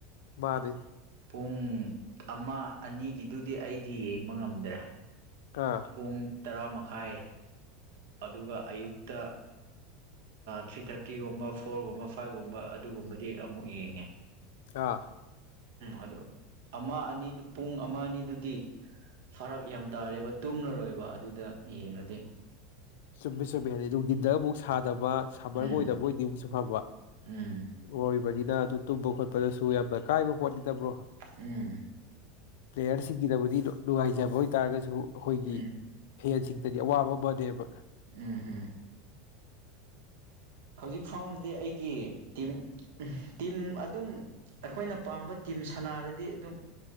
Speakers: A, on the left (about 80°); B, on the right (about 75°).
A: ꯃꯥꯔ
B: ꯄꯨꯡ ꯑꯃ ꯑꯅꯤꯒꯤꯗꯨꯗꯤ ꯑꯩꯗꯤ ꯌꯦꯡꯕ ꯉꯝꯗ꯭ꯔꯦ
A: ꯑꯥ
B: ꯄꯨꯡ ꯇꯔꯥ ꯃꯈꯥꯏ ꯑꯗꯨꯒ ꯑꯌꯨꯛꯇ ꯊ꯭ꯔꯤ ꯊꯥꯔꯇꯤꯒꯨꯝꯕ ꯐꯣꯔꯒꯨꯝꯕ ꯐꯥꯏꯚꯒꯨꯝꯕ ꯑꯗꯨꯒꯨꯝꯕꯗꯤ ꯑꯃꯨꯛ ꯌꯦꯡꯉꯦ
A: ꯑꯥ
B: ꯑꯗꯨ ꯑꯃ ꯑꯅꯤꯗꯨ ꯄꯨꯡ ꯑꯃ ꯑꯅꯤꯗꯨꯗꯤ ꯐꯔꯛ ꯌꯥꯝ ꯇꯥꯔꯦꯕ ꯇꯨꯝꯂꯔꯣꯏꯕ ꯑꯗꯨꯗ ꯌꯦꯡꯔꯗꯤ
A: ꯆꯨꯝꯃꯦ ꯆꯨꯝꯃꯦ ꯍꯥꯏꯗꯤ ꯅꯨꯡꯊꯤꯟꯗꯒ ꯑꯃꯨꯛ ꯁꯥꯗꯕ ꯁꯝꯃꯔꯒ
B: ꯎꯝ
A: ꯑꯣꯏꯗꯕ ꯑꯣꯏꯗꯤ ꯑꯃꯨꯛꯁꯨ ꯐꯕ
B: ꯎꯝ
A: ꯑꯣꯏꯕꯅꯤꯅ ꯑꯗꯨ ꯇꯨꯝꯕ ꯈꯣꯠꯄꯗꯁꯨ ꯌꯥꯝꯅ ꯀꯥꯏꯕ ꯄꯣꯠꯅꯤꯠꯇꯕ꯭ꯔꯣ
B: ꯎꯝ
A: ꯄ꯭ꯂꯦꯌꯔꯁꯤꯡꯒꯤꯗꯕꯨꯗꯤ ꯅꯨꯡꯉꯥꯏꯖꯕ ꯑꯣꯏꯇꯥꯔꯒꯁꯨ ꯑꯩꯈꯣꯏꯒꯤ
B: ꯎꯝ
A: ꯐꯦꯟꯁꯤꯡꯗꯗꯤ ꯑꯋꯥꯕ ꯑꯃꯅꯦꯕ
B: ꯎꯝ ꯍꯨ ꯍꯧꯖꯤꯛ ꯐꯥꯎꯅꯗꯤ ꯑꯩꯒꯤ ꯇꯤꯝ ꯇꯤꯝ ꯑꯗꯨꯝ ꯑꯩꯈꯣꯏꯅ ꯄꯥꯝꯕ ꯇꯤꯝ ꯁꯥꯅꯔꯗꯤ ꯑꯗꯨꯝ